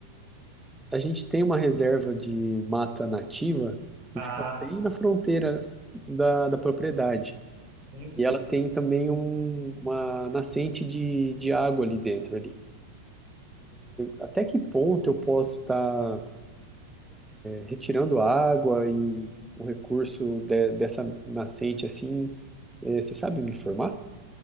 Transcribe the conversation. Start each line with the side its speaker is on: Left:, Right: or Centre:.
Centre: A gente tem uma reserva de mata nativa que
Right: Ah,
Centre: fica bem na fronteira da, da propriedade.
Right: sim, sim.
Centre: E ela tem também um- uma nascente de, de água ali dentro, ali. Até que ponto eu posso estar retirando água e o recurso de- dessa nascente assim? É, Você sabe me informar?